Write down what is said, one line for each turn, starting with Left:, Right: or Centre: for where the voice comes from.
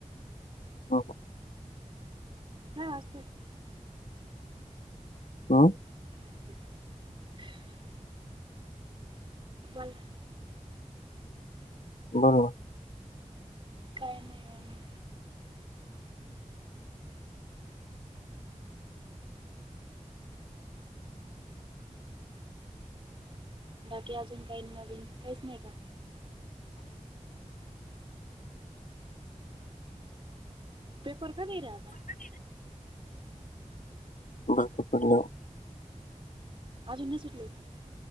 Left: <unintelligible>
Right: काय असतंय.
Left: अ.
Right: <inaudible> बोला.
Left: बोल ना.
Right: काय नाही निवां- बाकी अजून काही नवीन, काहीच नाही का?
Left: <inaudible>
Right: पेपर कधी राहता?
Left: <unintelligible> <unintelligible>
Right: अजूनही सुटल का?